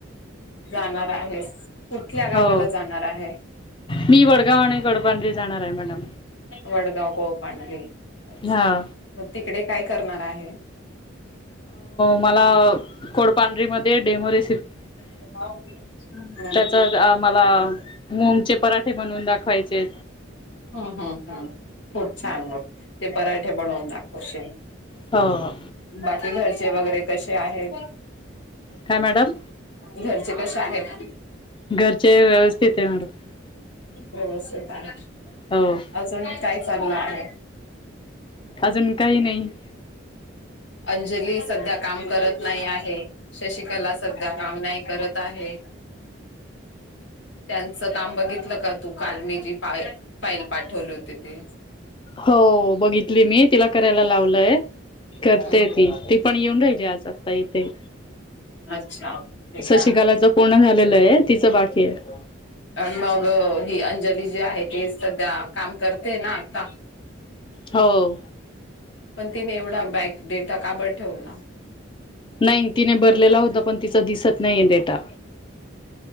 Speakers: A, on the left; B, on the left.
A: जाणार आहेस कुठल्या गावाला
B: हो
A: जाणार आहे
B: मी वडगाव आणि गडबांरी जाणार आहे मॅडम
A: वडगाव कोळपडरी अच्छा
B: हा
A: मग तिकडे काय करणार आहे
B: मला कोडपांढरी मध्ये डेमोरे
A: हम्
B: त्याचा मला मुंगचे पराठे म्हणून दाखवायचे
A: हम् हम्म खूप छान मग ते पराठे बनवून दाख अश
B: हा
A: बाकी घरचे वगैरे कसे आहेत
B: काय मॅडम
A: घरचे कसे आहेत
B: घरचे व्यवस्थित आहे मॅडम
A: व्यवस्थित आहे
B: हो
A: अजून काही चालला आहे
B: अजून काही नाही
A: अंजली सध्या काम करत नाही आहे शशिकला सध्या काम नाही करत आहे त्यांच काम बघितलं का तू काल मी जी फ फाईल पाठवली होती तेी
B: हो बघितली मी तिला करायला लावलंय करते
A: हम्म हम्म
B: ती ती पण येऊन राहिली आज आता इथे
A: अच्छा ठीक
B: शशिकालाच
A: आहे
B: पूर्ण झालेलंय तिचं बाकी आहे
A: आणि मग ही अंजली जे आहे ते सध्या काम करते ना आता
B: हो
A: पण तिने एवढा बॅक डेटा काबड ठेवला
B: नाही तिने भरलेला होता पण तिचा दिसत नाहीये डेटा